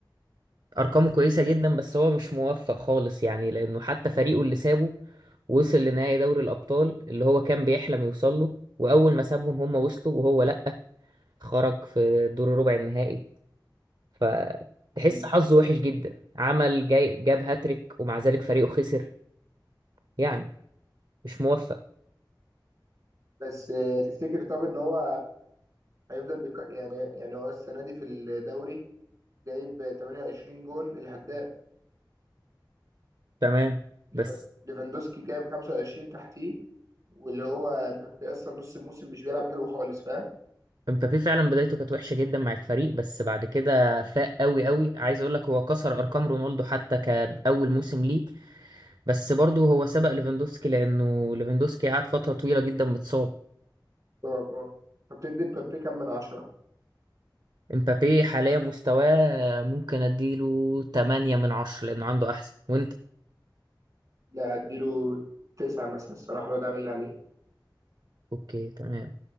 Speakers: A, on the right; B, on the right.
A: ارقامه كويسه جدا بس هو مش موفق خالص يعني لانه حتى فريقه اللي سابه وصل لنهائي دوري الابطال اللي هو كان بيحلم يوصل له واول ما سابهم هم وصلوا وهو لا خرج في دور ربع النهائي فتحس
B: مم.
A: حظه وحش جدا عمل جاي جاب هاتريك ومع ذلك فريقه خسر يعني مش موفق
B: بس آه، تفتكر طب ان هو هيفضل بيك... يعني يعني هو السنه دي في الدوري جايب 28 جون الهداف
A: تمام
B: ليف-
A: بس
B: ليفاندوسكي جايب 25 تحتيه واللي هو مبابي اصلا نص الموسم مش بيلعب حلو خالص فاهم
A: مبابي فعلا بدايته كانت وحشه جدا مع الفريق بس بعد كده فاق قوي قوي عايز اقول لك هو كسر ارقام رونالدو حتى كاول موسم ليه بس برضه هو سبق ليفاندوفسكي لأنه ليفاندوفسكي قعد فترة طويلة جدا متصاب
B: طب اه فبتدي مبابي كام من عشرة
A: امبابي حاليا مستواه ممكن اديله 8 من 10 لأنه عنده أحسن وأنت
B: لا اديله تسعة مثلا الصراحه الواد عامل اللي عليه
A: أوكي تمام